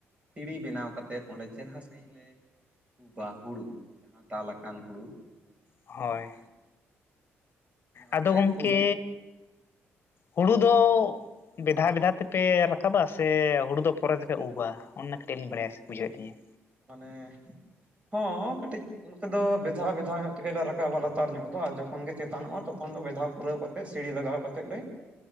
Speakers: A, on the right; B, on the left.
A: ᱥᱤᱲᱤ ᱵᱮᱱᱟᱣ ᱠᱟᱛᱮᱫ ᱚᱸᱰᱮ ᱪᱮᱨᱦᱟ ᱥᱟᱺᱦᱤᱡ ᱞᱮ ᱩ ᱵᱟ ᱦᱩᱲᱩ ᱡᱟᱦᱟᱸ ᱫᱟᱞ ᱟᱠᱟᱱ ᱦᱩᱲᱩ
B: ᱦᱳᱭ
A: ᱦᱮᱸ ᱚᱱᱮ ᱚᱱᱟᱞᱮ
B: ᱟᱫᱚ ᱜᱚᱢᱠᱮ
A: ᱩᱵᱟ
B: ᱦᱩᱲᱩ ᱫᱚ ᱵᱮᱫᱷᱟ ᱵᱮᱫᱷᱟ ᱛᱮᱯᱮ ᱨᱟᱠᱟᱵᱟ ᱥᱮ ᱦᱩᱲᱩ ᱫᱚ ᱯᱚᱨᱮ ᱛᱮᱯᱮ ᱩᱵᱟ ᱚᱱᱟ ᱫᱷᱟᱹᱨᱤᱡ ᱞᱤᱧ ᱵᱟᱲᱟᱭ ᱵᱩᱡᱷᱟᱹᱣᱮᱫ ᱞᱤᱧᱟ
A: ᱢᱟᱱᱮ ᱦᱚᱸ ᱠᱟᱹᱴᱤᱡ ᱱᱚᱛᱮ ᱫᱚ ᱵᱮᱫᱷᱟᱣ ᱵᱷᱮᱫᱷᱟᱣ ᱧᱚᱜ ᱛᱮᱜᱮᱞᱮ ᱨᱟᱠᱟᱵᱟ ᱞᱟᱛᱟᱨ ᱧᱚᱜ ᱫᱚ ᱟᱨ ᱡᱚᱠᱷᱚᱱ ᱜᱮ ᱪᱮᱛᱟᱱᱚᱜᱼᱟ ᱛᱚᱠᱷᱚᱱ ᱫᱚ ᱵᱮᱫᱷᱟᱣ ᱯᱩᱨᱟᱹᱣ ᱠᱟᱛᱮᱫ ᱥᱤᱲᱤ ᱞᱟᱜᱟᱣ ᱠᱟᱛᱮᱫ ᱞᱮ